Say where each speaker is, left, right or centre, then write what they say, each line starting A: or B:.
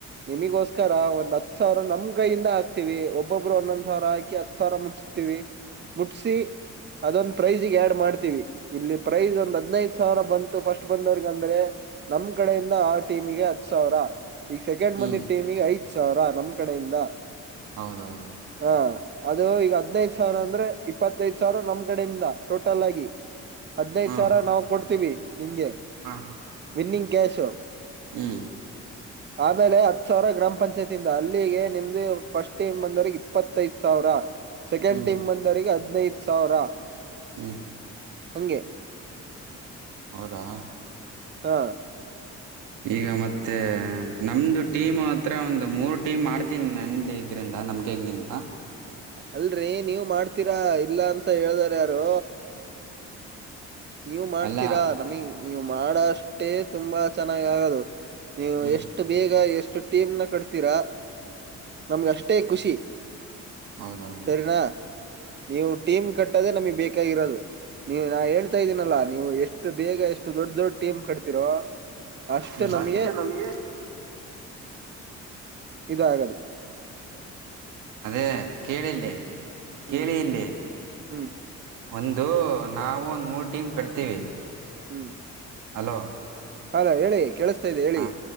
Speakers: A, on the right; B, on the right.
A: ನಿಮಿಗೋಸ್ಕರ ಒಂದ ಹತ್ ಸಾವಿರ ನಮ್ಮ ಕೈಯಿಂದ ಹಾಕ್ತಿವಿ ಒಬ್ಬೊಬ್ಬರು ಒಂದೊಂದ ಸಾವಿರ ಹಾಕಿ ಹತ್ ಸಾವರ ಮು ತಿವಿ ಮುಟ್ಸಿ ಅದೊಂದ ಪ್ರೈಜಿಗ ಆಡ್ ಮಾಡ್ತೀವಿ ಇಲ್ಲಿ ಪ್ರೈಸ್ ಒಂದ್ ಹದನೈದ ಸಾವಿರ ಬಂತು ಫಸ್ಟ್ ಬಂದವರ್ಗ ಅಂದ್ರೆ ನಮ್ ಕಡೆಯಿಂದ ಆ ಟೀಮಗೆ ಹತ್ ಸಾವಿರ. ಈಗ ಸೆಕೆಂಡ್
B: ಹ್ಮ್
A: ಬಂದಿದ್ದ ಟೀಮಿಗೆ ಐದ್ ಸಾವಿರ ನಮ್ ಕಡೆಯಿಂದ
B: ಹೌದೌದು.
A: ಹಾ ಅದು ಈಗ ಹದ್ನೈದ ಸಾವರ ಅಂದ್ರೆ ಇಪ್ಪತ್ತೈದ ಸಾವಿರ ನಮ್ ಕಡೆಯಿಂದ ಟೋಟಲ್ ಆಗಿ. ಹದ್ನೈದ
B: ಹ್ಮ್
A: ಸಾವಿರ ನಾವು ಕೊಡ್ತೀವಿ ನಿಮ್ಗೆ
B: ಹಾ
A: ವಿನ್ನಿಂಗ್ ಕ್ಯಾಶು.
B: ಹ್ಮ.
A: <inaudible> ಆಮೇಲೆ ಹತ್ ಸಾವಿರ ಗ್ರಾಮ ಪಂಚಾಯತಿಯಿಂದ ಅಲ್ಲಿಗೆ ನಿಮ್ದ ಫಸ್ಟ್ ಟೈಮ್ ಬಂದವರೆಗೆ ಇಪ್ಪತ್ತೈದ ಸಾವಿರ. ಸೆಕೆಂಡ್
B: ಹ್ಮ್
A: ಟೀಮ್ ಬಂದವರಗೆ ಹದ್ನೈದ ಸಾವಿರ
B: ಹ್ಮ್
A: ಹಂಗೆ
B: ಹೌದಾ.
A: ಹಾ
B: ಈಗ ಮತ್ತೆ ನಮ್ದ ಟೀಮ್ ಹತ್ರ ಒಂದ ಮೂರು ಟೀಮ್ ಮಾಡ್ತೀನಿ ನಂದೇ ಇರಿಂದ ನಮ್ಗೆ ಹೆಂಗಿಂತ
A: ಅಲ್ರರಿ ನೀವ ಮಾಡ್ತೀರಾ ಇಲ್ಲ ಅಂತ ಹೇಳ್ದಾರ ಯಾರು. ನೀವ ಮಾಡ್ತೀರಾ
B: ಅಲ್ಲ
A: ನಮಗ ನೀವು ಮಾಡೋಷ್ಟೇ ತುಂಬ ಚೆನ್ನಾಗ ಆಗೋದು ನೀವ
B: ಹ್ಮ್
A: ಎಷ್ ಎಷ್ಟ ಬೇಗ ಎಷ್ಟು ಟೀಮ್ ನ ಕಟ್ತೀರಾ ನಮ್ಗ ಅಷ್ಟೇ ಖುಷಿ.
B: ಹೌದೌದು
A: ಸರಿನಾ ನೀವು ಟೀಮ್ ಕಟ್ಟದೆೆ ನಮಗ್ ಬೇಕಾಗಿರೋದು ನೀವು ಹೇಳ್ ತಾ ಇದೀನಲ್ಲಾ ನೀವು ಎಷ್ಟು ಬೇಗ ಎಷ್ಟ ದೊಡ್ಡ ದೊಡ್ ಟೀಮ್ ಕಟ್ತಿರೋ ಅಷ್ಟು
B: ಹ್ಮ್
A: ನಮ್ಗೆ ಇದುಆಗತೇ
B: ಅದೇ ಕೇಳಿಇಲ್ಲಿ ಕೇಳಿ
A: ಹ್ಮ್
B: ಇಲ್ಲಿ
A: ಹ್ಮ್
B: ಒಂದು ನಾವು ಒಂದು ಮೂರು ಟೀಮ್ ಕಟ್ತೀವಿ
A: ಹ್ಮ್
B: ಹಲೋ
A: ಹಲೋ ಹೇಳಿ ಕೇಳಿಸ್ತಾ ಇದೆ ಹೇಳಿ
B: ಹ